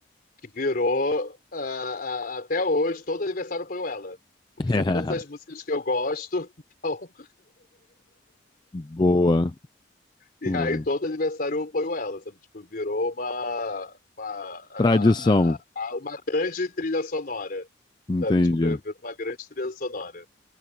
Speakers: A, on the left (about 50°); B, on the left (about 25°).
A: que virou ah, ah, até hoje, todo aniversário eu ponho ela. Porque
B: <laughs>
A: são todas as músicas que eu gosto, <laughs> então.
B: Boa.
A: E
B: Boa.
A: aí todo adversário apoiou ela, sabe? Tipo, virou uma, uma, a-
B: Tradição,
A: a- a- uma grande trilha sonora,
B: entendi.
A: sabe? Tipo, virou uma grande trilha sonora.